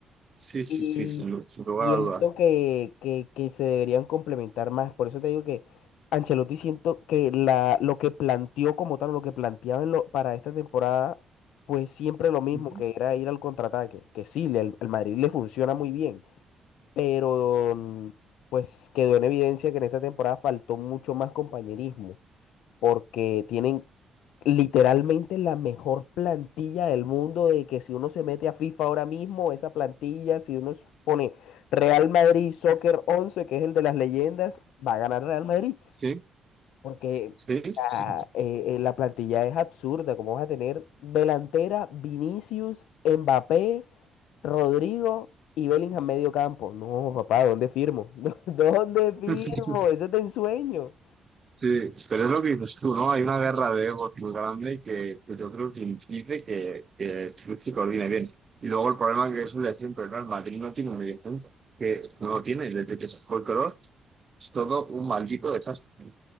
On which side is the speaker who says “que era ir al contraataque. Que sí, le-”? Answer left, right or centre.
Left